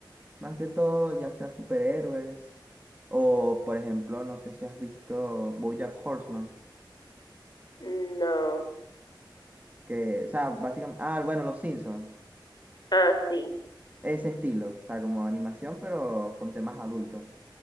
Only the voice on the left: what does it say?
No.
Ah, sí.